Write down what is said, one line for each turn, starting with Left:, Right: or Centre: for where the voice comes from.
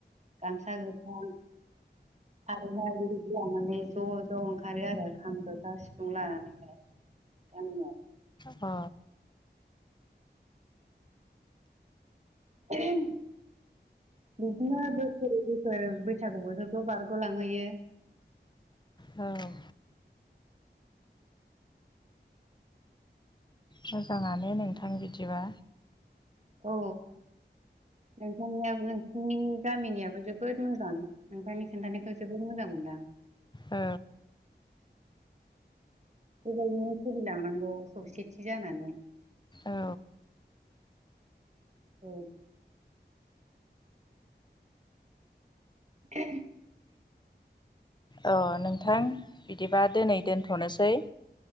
Right: गामसा गोथां <inaudible> खारैहाय बिबायदि लानानै ज' ज' ओंखारो आरो खाम जथा सिफुं लानानैहाय। गामियाव
Left: अ।
Right: ओम। बिदिनो बोसोर बोसोर बैसागु बोथोरखौ बारग'लांहोयो। <inaudible>
Left: औ मोजाङानो नोंथां बिदिबा
Right: औ। नोंथांनिया नोंसिनि गामिनियाबो जोबोद मोजां नोंथांनि खोनन्थानायखौ जोबोद मोजां मोनो। दा।
Left: ओ
Right: बेबायदिनो सोलिलांनांगौ खौसेथि जानानै।
Left: औ
Right: औ। उ
Left: अ नोंथां बिदिबा दिनै दोनथ'नोसै।